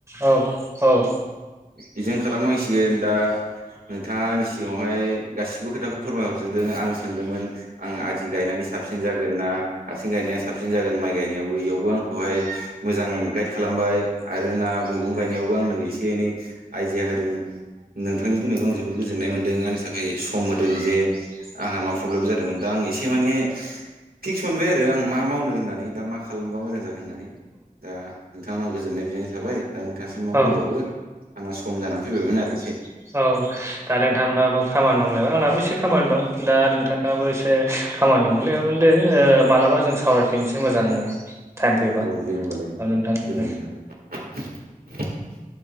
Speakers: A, on the right; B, on the right.
A: औ औ
B: बेजों खालामनांसिगोन दा नोंथाङनि सिगाङावहाय गासिबो खोथाखौ फोरमायहरजोबदों आं सोंदोंमोन आं आदि गायनानै साबसिन जागोन ना आथिं गायनाया साबसिन जागोन माइ गायनायावबो इयावबो आंखौहाय मोजां गाइद खालामबाय आरो ना मैगं गायनायावबो आंनो एसे एनै आइडिया होदों नोंथांनि बुंनायखौ आं जोबोद गोजोन गोजोननाय मोनदों आंनि थाखाय सम होदों जे आंहा मा प्रब्लेम जादोंमोन दा आं एसे माने फिक्स मोनबाय आरो आं मा मावनो होननानै दा मा खालामबा मोजां जागोन होननानै। दा नोंथांहा गोजोननाय बिनाय थाबाय दा नोंथाङासो मा
A: औ
B: बुंबावो। आंना सम जानानै फैबायमोन आरो खि
A: औ दा नोंथांमोनहाबो खामानि दंलायबाय आंनाबो एसे खामानि दं दा नोंथाङाबो एसे खामानि दंमोनलै दे मालाबा जों सावरायफिननोसै मोजांनो टाइम फैबा।
B: औ दे गोजोननाय
A: नोंथां
B: थाबाय।